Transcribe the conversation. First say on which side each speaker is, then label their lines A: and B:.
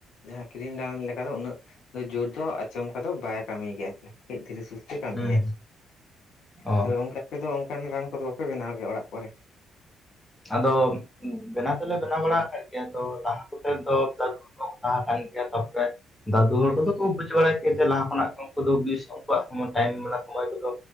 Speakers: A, on the left (about 65°); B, on the left (about 20°).
A: ᱡᱟᱦᱟᱸ ᱠᱤᱨᱤᱧ ᱨᱟᱲ ᱞᱮᱠᱟᱫᱚ ᱩᱱᱟᱹᱜ ᱡᱳᱨ ᱫᱚ ᱟᱪᱚᱢᱠᱟ ᱫᱚ ᱵᱟᱭ ᱠᱟᱹᱢᱤ ᱜᱮᱭᱟ ᱟᱨᱠᱤ᱾ ᱠᱟᱹᱡᱽ ᱫᱷᱤᱨᱮ ᱥᱩᱥᱛᱤ ᱠᱟᱹᱢᱤᱭᱟᱭ
B: ᱦᱩᱸ ᱚ
A: ᱛᱚ ᱜᱚᱢᱠᱮ᱾ ᱟᱯᱮ ᱫᱚ ᱚᱱᱠᱟᱱ ᱨᱟᱱ ᱠᱚᱫᱚ ᱵᱟᱯᱮ ᱵᱮᱱᱟᱣ ᱜᱮᱭᱟ ᱚᱲᱟᱜ ᱠᱚᱨᱮ᱾
B: ᱟᱫᱚ ᱵᱮᱱᱟᱣ ᱫᱚᱞᱮ ᱛᱚᱞᱟ ᱵᱟᱲᱟᱜ ᱟᱠᱟᱫ ᱜᱮᱭᱟ ᱟᱫᱚ ᱞᱟᱦᱟ ᱠᱚᱛᱮ ᱫᱚ ᱫᱟᱫᱩ ᱦᱚᱲ ᱠᱚ ᱛᱚᱞᱟ ᱠᱟᱱ ᱜᱮᱭᱟ ᱛᱟᱯᱚᱨᱮ᱾ ᱫᱟᱹᱫᱩ ᱦᱚᱲ ᱠᱚᱫᱚ ᱠᱚ ᱵᱩᱡᱽ ᱵᱟᱲᱟᱭ ᱠᱮᱭᱟ ᱡᱮ ᱞᱟᱦᱟ ᱠᱷᱚᱱᱟᱜ ᱜᱮ ᱩᱱᱠᱩ ᱫᱚ ᱵᱤᱥ ᱩᱱᱠᱩᱣᱟᱜ ᱥᱚᱢᱚᱭ ᱴᱟᱭᱤᱢ ᱢᱮᱱᱟᱜ ᱥᱚᱢᱚᱭ ᱠᱚᱫᱚ᱾